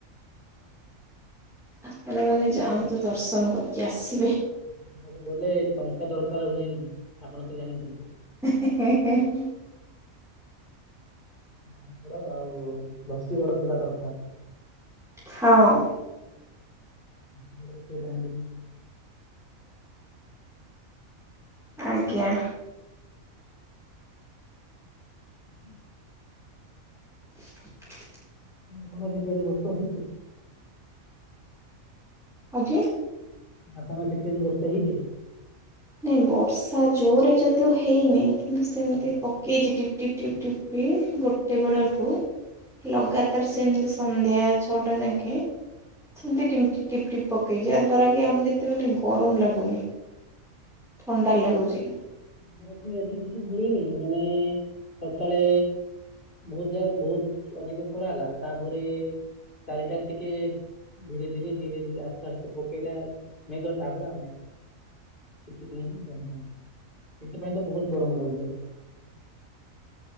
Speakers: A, in the centre; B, on the left (about 35°).
A: ଆପଣମାନେ ଯାଆନ୍ତୁ, ଦର୍ଶନ କରିକି ଆସିବେ।
B: ଜଗା ପାଖକୁ ଗଲେ, ଟଙ୍କା ଦରକାର ହୁଏନି, ଆପଣ ତ ଜାଣିଚନ୍ତି।
A: ଏଁ ହେଁ ହେଁ ହେ।
B: ମନ ବଡ ଆଉ <unintelligible>
A: ହଁ।
B: <unintelligible>
A: ଆଜ୍ଞା।
B: ହୁଁ ହୁଁ।
A: <unintelligible>
B: <unintelligible> ହେଇଚି।
A: ଆଜ୍ଞା।
B: ଆପଣଙ୍କ ସେଠି ଆଜି ବର୍ଷା ହେଇଚି?
A: ନାଇଁ ବର୍ଷା ଜୋରରେ ଯଦିଓ ହେଇନି କିନ୍ତୁ ସେମିତି
B: ଆଚ୍ଛା।
A: ପ କେଇଚି, ଟିପ୍ ଟିପ ଟିପ୍ ଟିପି ଗୋଟେ ବେଳଠୁ। ଲଗାତାର ସେମିତି ସନ୍ଧ୍ୟା ଛଅଟା ଯାଙ୍କେ। ସେମତି ଟିପ୍ ଟିପ୍ ଟିପ ପକେଇଚି, ଯାହା ଦ୍ୱାରା କି ଆମକୁ ଏତେ ମାନେ ଗରମ ଲାଗୁନି। ଥଣ୍ଡା ଲାଗୁଚି।
B: ଆମର ଏଠି ଆଜି କିଛି ମିଳିନି, ମାନେ ସକାଳେ ବହୁତ ଯ, ବହୁତ ଅଧିକ ଖରା ହେଲା, ତାପରେ ଚାରିଟାରେ ଟିକେ ଧୀରେ ଧୀରେ ଧୀରେ ଧୀରେ ଆସ୍ତେ ଆସ୍ତେ ପକେଇଲା ମେଘ, ତାପରେ ଆ <unintelligible> ସେଥିପାଇଁ ତ, ବହୁତ ଗରମ ଲାଗୁଚି ଆଜି।